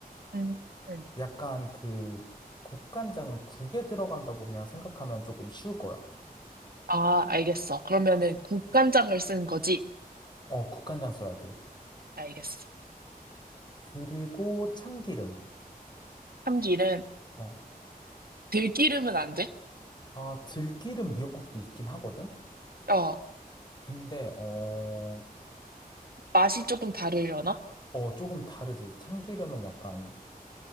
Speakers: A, on the right; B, on the left.
A: 응, 응.
B: 약간 그 국간장은 국에 들어간다고 그냥 생각하면 조금 쉬울 거야.
A: 아, 알겠어. 그러면은 국간장을 쓴 거지?
B: 어, 국간장 써야 돼.
A: 알겠어.
B: 그리고 참기름.
A: 참기름,
B: 어.
A: 들기름은 안 돼?
B: 아, 들기름 미역국도 있긴 하거든?
A: 어,
B: 근데, 어,
A: 맛이 조금 다르려나?
B: 어, 조금 다르지. 참기름은 약간,